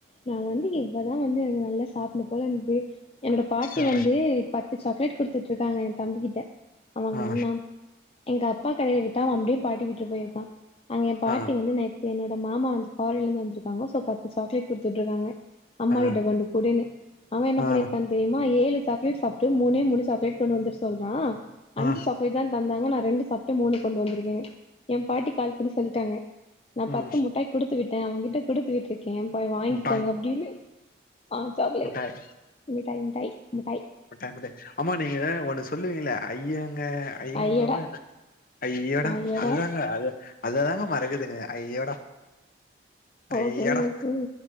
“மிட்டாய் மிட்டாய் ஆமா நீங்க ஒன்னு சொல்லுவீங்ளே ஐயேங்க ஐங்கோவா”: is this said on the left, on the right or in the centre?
Left